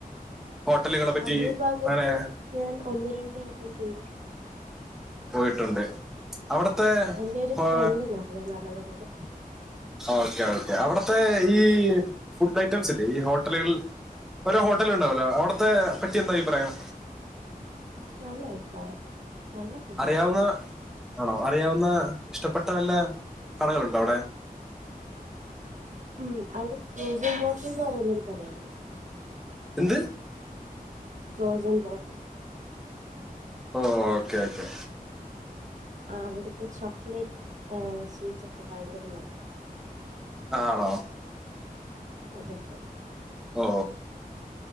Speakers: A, in the centre; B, on the right (about 55°).
A: ഹോട്ടലുകളെ പറ്റി
B: അടൂർ ഭാഗത്ത്
A: അങ്ങനെ..
B: ഞാൻ ഒന്ന് രണ്ട് വട്ടം പോയിട്ട്ണ്ട്.
A: പോയിട്ടുണ്ട്. അവിടുത്തെ
B: എന്റെ ഒരു
A: ഏ
B: ഫ്രണ്ടിന് അറിയാം നല്ലതുപോലെ
A: ഓക്കെ ഓക്കെ. അവിടുത്തെ ഈ ഫുഡ് ഐറ്റംസ്ല്ലേ ഈ ഹോട്ടലുകൾ ഓരോ ഹോട്ടലുണ്ടാവുല്ലേ അവിടുത്തെ പറ്റി എന്താ അഇപ്രായം?
B: നല്ല അഭിപ്രായം നല്ല ഫുഡാണ്
A: അറിയാവുന്ന ആണോ അറിയാവുന്ന ഇഷ്ടപ്പെട്ട വല്ല കടകളുണ്ടവിടെ
B: ഉം അവിടെ ഫ്രോസൺ ബോട്ടിൽന്ന് പറയുന്നരു കടയണ്ട്
A: എന്ത്
B: ഫ്രോസ്സൻ വാട്ടർ
A: ഓഹ്, ഓക്കെ, ഓക്കെ
B: ആ അവിടുത്തെ ചോക്ലേറ്റ് ഏഹ് സ്വീറ്റ്സൊക്കെ ഭയങ്കര മരി
A: ടാണോ?
B: അതെ, അതെ.
A: ഓ